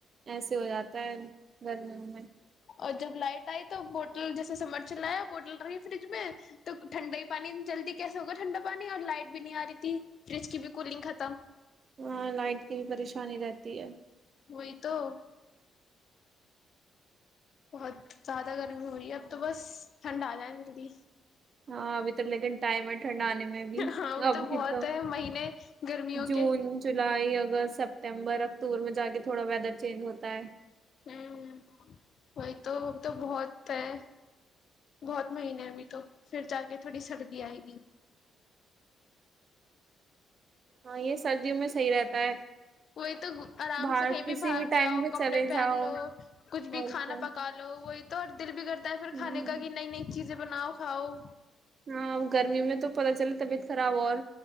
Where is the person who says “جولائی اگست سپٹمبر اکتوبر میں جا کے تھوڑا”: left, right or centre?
Right